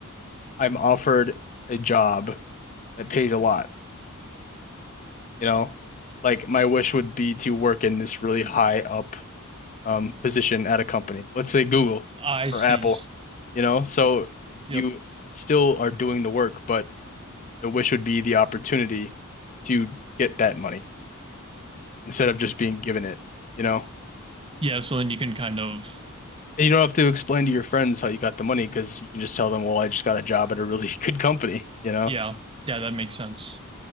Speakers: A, on the left; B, on the right.
A: I'm offered a job that pays a lot, you know? Like my wish would be to work in this really high up um, position at a company. Let's say Google
B: I see.
A: or Apple, you know? So
B: Yep.
A: you still are doing the work, but the wish would be the opportunity to get that money instead of just being given it, you know?
B: Yeah, so then you can kind of
A: And you don't have to explain to your friends how you got the money because you can just tell them, well, I just got a job at a really <laughs> good company, you know?
B: yeah, yeah, that makes sense.